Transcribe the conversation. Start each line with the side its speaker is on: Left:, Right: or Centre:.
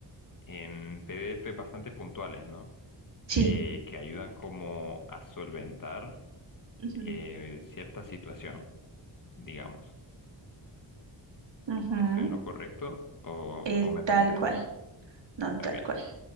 Left: em, PDF bastante puntuales, ¿no? Eh,
Right: Sí.
Left: que ayudan como a solventar
Right: Ujú,
Left: eh, cierta situación, digamos.
Right: ujú,
Left: ¿Estoy en lo correcto o,
Right: eh,
Left: o me perdí
Right: tal
Left: de
Right: cual,
Left: algo?
Right: no, tal
Left: Ok,
Right: cual.